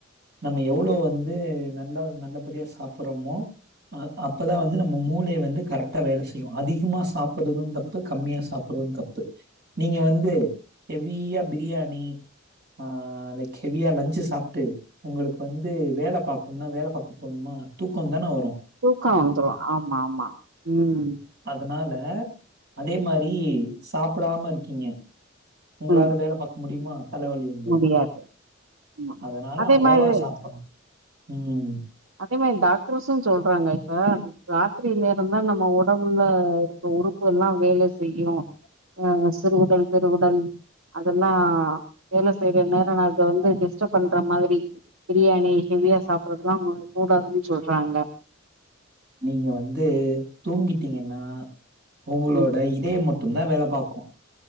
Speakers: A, on the right (about 55°); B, on the right (about 70°).
A: நம்ம எவ்ளோ வந்து நல்லா நல்லபடியா சாப்படறமோ அ அப்பதா வந்து நம்ம மூளைய வந்து கரெக்டா வேல செய்யு அதிகமா சாப்படறது தப்பு கம்மிய சாப்பறது தப்பு நீங்க வந்து ஹெவியா பிரியாணி ஆ லைக் ஹெவியா லன்ச்சு சாப்ட்டு உங்களுக்கு வந்து வேல பாக்கணுனா வேல பாக்க தோணுமா தூக்கந்தான வரு
B: தூக்க வந்துரு ஆமா ஆமா ம்
A: அதனால அதே மாரி சாப்படாம இருக்கிங்க உங்களால
B: ம்
A: வேல பாக்க முடியுமா தலவலி வந்துரு
B: முடியாது ஆமா
A: அதனால
B: அதே
A: அளவா
B: மாரி
A: சாப்ப ம்
B: அதே மாரி டாக்டர்ஸு சொல்றாங்க இப்ப ராத்திரி நேர ந்தா நம்ம ஒடம்புல இருக்க உறுப்புகள்லா வேலை செய்யு அ சிறுகுடல் பெருகுடல் அதெல்லா வேலை செய்ற நேர அத வந்து டிஸ்டர் பண்ற மாதிரி பிரியாணி ஹெவியா சாப்படறதுலா கூடாதுன் சொல்றாங்க
A: நீங்க வந்து தூங்கிட்டிங்கன்னா உங்களோட
B: ம்
A: இதயம் ம ட்டுந்தா வேல பாக்கு